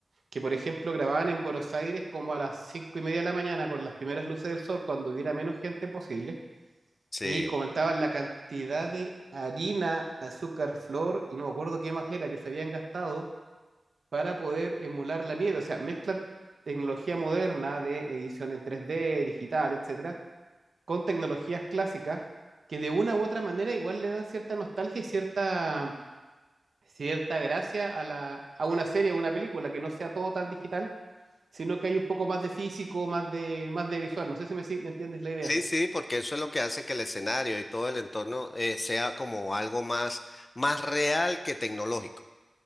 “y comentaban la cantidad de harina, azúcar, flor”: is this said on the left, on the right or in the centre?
Right